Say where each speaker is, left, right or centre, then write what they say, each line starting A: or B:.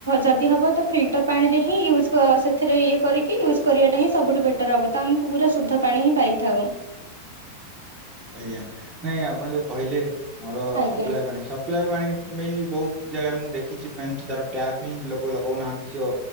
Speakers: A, on the right; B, on the right.
A: ଯଦି ହବ, ତ ଫିଲ୍ଟର ପାଣି ରେ ହିଁ ୟୁଜ, ସେଥିରେ ଇଏ କରିକି ୟୁଜ କରିବାଟା ହିଁ ସବୁଠୁ ବେଟର ହବ, ତ ଆମେ ପୁରା ଶୁଦ୍ଧ ପାଣି ହିଁ ପାଇଥାଉ।
B: ଆଜ୍ଞା, ନାଇଁ ଆପଣ ଯୋଉ କହିଲେ, ଆମର
A: ଆଜ୍ଞା
B: ସପ୍ଲାଏ ପାଣି, ସପ୍ ସପ୍ଲାଏ ପାଣି ପାଇଁ ବହୁତ ଜାଗାରେ ମୁଁ ଦେଖିଚି, ଏମତି ତାର ଟ୍ୟାପ ହିଁ ଲୋକ ଲଗଉନାହାନ୍ତି, ସିଏ